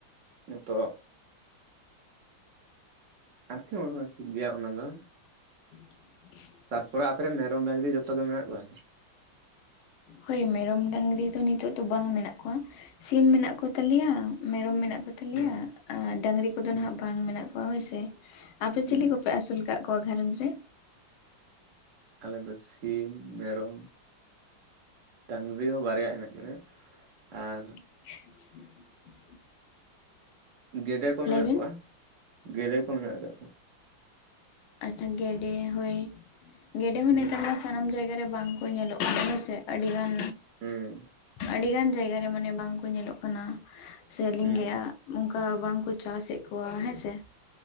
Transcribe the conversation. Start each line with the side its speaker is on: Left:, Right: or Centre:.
Right: ᱱᱮᱛᱚᱜ ᱟᱨᱠᱤ ᱚᱱᱟ ᱴᱷᱤᱠ ᱜᱮᱭᱟ ᱚᱱᱟ ᱫᱚ᱾
Left: <inaudible>
Right: ᱛᱟᱨᱯᱚᱨᱮ ᱟᱯᱮ ᱨᱮᱱ ᱢᱮᱨᱚᱢ ᱰᱟᱝᱨᱤ ᱡᱷᱚᱛᱚ ᱜᱮ ᱢᱮᱱᱟᱜ ᱠᱚᱣᱟ?
Left: ᱦᱳᱭ ᱢᱮᱨᱚᱢ ᱰᱟᱝᱨᱤ ᱫᱚ ᱱᱤᱛᱚᱜ ᱫᱚ ᱵᱟᱝ ᱢᱮᱱᱟᱜ ᱠᱚᱣᱟ᱾ ᱥᱤᱢ ᱢᱮᱱᱟᱜ ᱠᱚᱛᱟᱞᱮᱭᱟ ᱢᱮᱨᱚᱢ ᱢᱮᱱᱟᱜ ᱠᱚ ᱛᱟᱞᱮᱭᱟ
Right: ᱦᱩᱸ
Left: ᱟᱨ ᱰᱟᱝᱨᱤ ᱠᱚᱫᱚ
Right: ᱦᱩᱸ
Left: ᱱᱟᱦᱟᱸᱜ ᱵᱟᱝ ᱢᱮᱱᱟᱜ ᱠᱚᱣᱟ ᱦᱳᱭᱥᱮ᱾ ᱟᱯᱮ
Right: ᱦᱩᱸ
Left: ᱪᱤᱞᱤ ᱠᱚᱯᱮ ᱟᱹᱥᱩᱞ ᱠᱟᱜ ᱠᱚᱣᱟ ᱜᱷᱟᱨᱚᱸᱡᱽ ᱨᱮ?
Right: ᱟᱞᱮ ᱫᱚ ᱥᱤᱢ ᱢᱮᱨᱚᱢ ᱰᱟᱝ ᱨᱤ ᱦᱚᱸ ᱵᱟᱨᱭᱟ ᱦᱮᱱᱟᱜ ᱠᱤᱱᱟ ᱟᱨ
Left: <inaudible>
Right: ᱜᱮᱰᱮ ᱠᱚ ᱢᱮᱱᱟᱜ
Left: ᱞᱟᱹᱭ ᱵᱤᱱ
Right: ᱠᱚᱣᱟ ᱜᱮᱰᱮ ᱠᱚ ᱢᱮᱱᱟᱜ ᱟᱠᱟᱜ ᱠᱚᱣᱟ᱾
Left: ᱟᱪᱪᱷᱟ ᱜᱮᱰᱮ ᱦᱳᱭ ᱜᱮᱰᱮ ᱦᱚᱸ
Right: ᱦᱩᱸ
Left: ᱱᱮᱛᱟᱨ ᱫᱚᱥ ᱥᱟᱱᱟᱢ ᱡᱟᱭᱜᱟ ᱨᱮ ᱵᱟᱝ ᱠᱚ ᱧᱮᱞᱚᱜ ᱠᱟᱱᱟ ᱥᱮ ᱟᱹᱰᱤ ᱜᱟᱱ,
Right: ᱦᱩᱸ
Left: ᱟᱹᱰᱤ ᱜᱟᱱ ᱡᱟᱭᱜᱟ ᱨᱮ ᱢᱟᱱᱮ ᱵᱟᱝ ᱠᱚ ᱧᱮᱞᱚᱜ ᱠᱟᱱᱟ ᱥᱮ ᱞᱤᱝ
Right: ᱦᱩᱸ
Left: ᱞᱟᱹᱭᱟ ᱚᱝᱠᱟ ᱵᱟᱝᱠᱚ ᱪᱟᱥ ᱮᱫ ᱠᱚᱣᱟ ᱦᱮᱸ ᱥᱮ ᱾